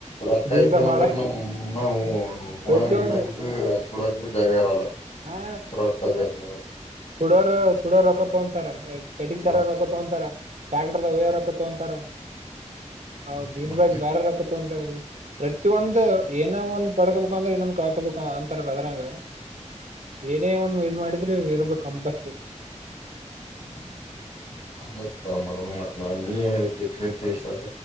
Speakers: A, on the left (about 60°); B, on the right (about 70°).
A: ರೊಕ್ಕ
B: ದಿವ್ಸ
A: ಇದ್ದಿಲ್ಲ
B: ಮಾಡ
A: ಅಂದ್ರೆ ನಮ್ಮ್
B: ಪ್ರತಿಯೊಂದು
A: ಹಿಡಕ್ ಭ ಸುಡಕ್ ಬಿ ಜಾಗ ಇರಲ್ಲ
B: ಹಾ
A: ರೊಕ್ಕ ಬೇಕು ಮ
B: ಸುಡೋರ್ ಸುಡೋರ್ ರೊಕ್ಕ ತೊಂತಾರೆ ಕಡಿಂಗ ತರ
A: ಮತ್
B: ರೊಕ ತೊಂತಾರೆ ಟ್ಯಾಕ್ಟರ್ ವಯರ್ ರೊಕ್ಕ ತೊಂತಾರೆ. ಹೌ ದೀಿನ
A: ಮತ್
B: ಬಾಜ ಗಾರ ರಕ್ಕೋ ತೋಂತಾರೆ. ಪ್ರತಿಿಯೊಂದ್ ಏನೋ ಒಂದ್ ಪಡ್ಕಬೇಕ ಅಂದ್ರೆ ಇನೊಂದ ಕಾಕೊಬೇಕ ಅಂತಾರಲ್ಲ ಅದ್ರಂಗ. ಬೇರೆೇ ಒಂದು ಇದ್ ಮಾಡಿದ್ರೆ ಇರಬೇಕ ಕಂಪಲ್ಸ್ರರಿ.
A: ಹ್ಮ ಆಯ್ತಾ ಮೊದ್ ಮತ್ನಾ ನೀ ಏನ್ಐತಿ ಪ್ರೀತಿಶ್ವಾಸ